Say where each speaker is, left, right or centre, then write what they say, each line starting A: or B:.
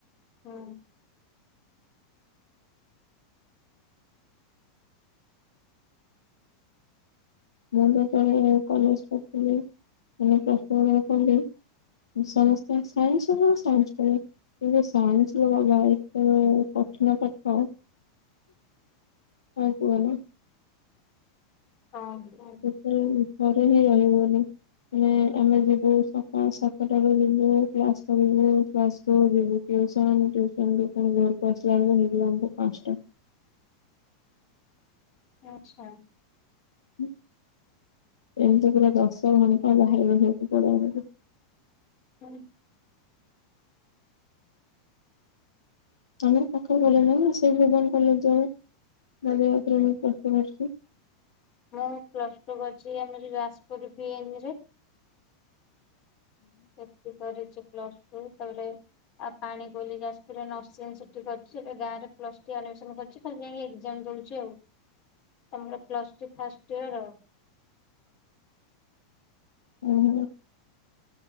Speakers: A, on the left; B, on the left.
A: ହୁଁ।
B: ମୁଁ ଯେତେବେଳେ କଲେଜ ପଢୁଥିଲି। ଆମ ପ୍ଲସ ଟୁ ବେଳର କଲେଜ ସମସ୍ତେ ସାଇନ୍ସ ହ ସାଇନ୍ସ କର କିନ୍ତୁ ସାଇନ୍ସ ର ବାବା ଏତେବେ କଠିନ ପାଠ। ଆ କୁହନା।
A: ହଁ
B: ସେତେବେଳେ ଘରେ ହିଁ ରହିହବନି। ମାନେ ଆମେ ଯିବୁ ସକାଳ ସାତଟାରୁ ଯିବୁ କ୍ଲାସ କରିବୁ କ୍ଲାସକୁୁ ଯିବୁ ଟ୍ୟୁଶନ ଟ୍ୟୁଶନ୍ ରୁ ଫୁଣି ଘରକୁ ଆସିଲାବେଳକୁ ହେଇଯିବ ଫୁଣି ପାଞ୍ଚଟା।
A: ଆଛା।
B: ହଁ। ଏମିତି ପୁରା ଦଶ ଘଣ୍ଟା ବାହାର ରହିବାକୁ ପଡେ ଆମକୁ।
A: ହୁଁ।
B: ଆମର ପାଖ କଲେଜ ଅ ସେ ଭୁବନ କଲେଜ ଯାଉ। ବାଜି ରାଉତ ରେ ମୁ ପ୍ଲସ ଥ୍ରି କରିଛି।
A: ମୁଁ ପ୍ଲସ ଟୁ କରିଛି ଆମ ଯୋଉ ଯାଜପୁର ଭି ଏନ୍ ରେ। ସେଠି କରିଛି ପ୍ଲସ ଟୁ ତାପରେ ଆଉ ପାଣିକୋଇଲି ଯାଜପୁରରେ ନସିଂ ସେଠି କରିଛି। ଏବେ ଗାଁରେ ପ୍ଲସ ଥ୍ରି ଆଡମିଶନ୍ କରିଛି ଖାଲି ଯାଇକି ଏଗଯାମ ଦୋଉଚି ଆଉ। ତମର ପ୍ଲସ ଥ୍ରି ଫାଷ୍ଟ ଇଅର?
B: ହୁଁ।